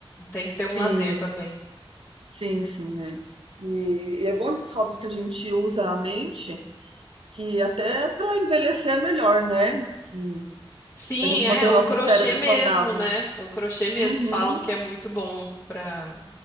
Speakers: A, on the left (about 25°); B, on the right (about 70°).
A: Tem que ter
B: Sim,
A: um lazer também.
B: sim, sim, é. E, e é bom esses hobbies que a gente usa a mente, que até pra envelhecer é melhor, né? Que
A: Sim,
B: a gente
A: é,
B: mantém
A: o
B: o nosso
A: crochê
B: cérebro
A: mesmo,
B: saudável.
A: né? O crochê mesmo
B: Uhum.
A: falam que é muito bom para